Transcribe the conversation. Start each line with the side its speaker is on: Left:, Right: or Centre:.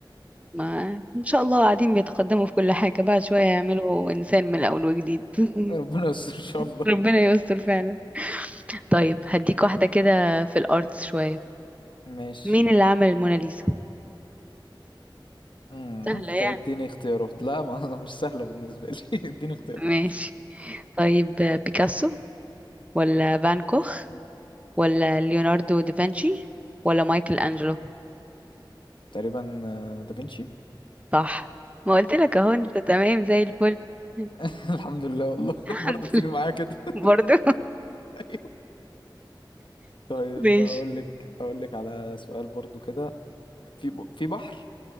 Right: ما إن شاء الله قاعدين بيتقدموا في كل حاجة بعد شوية يعملوا إنسان من الأول وجديد <laughs>
Left: <laughs> ربنا يستر ان شاء الله
Right: ربنا يستر فعلا طيب هديك واحدة كده في الأرتس شوية
Left: ماشي
Right: مين اللي عمل الموناليزا؟
Left: امم
Right: سهلة يعني
Left: طب اديني اختيارات لا ما <laughs> مش سهله بالنسبه لي <laughs> اديني اختيارات
Right: ماشي طيب آه، بيكاسو ولا فان كوخ ولا ليوناردو دافنشي ولا مايكل أنجلو
Left: تقريبا آه، دافنشي
Right: صح ما قلت لك اهو انت تمام زي الفل <laughs>
Left: <laughs> الحمد لله والله <laughs>
Right: الحمد
Left: برضه بتيجي
Right: لله
Left: معايا كده <laughs>
Right: برضو
Left: ايوه طيب
Right: ماشي
Left: اقول لك اقول لك على سؤال برضه كده في ب... في بحر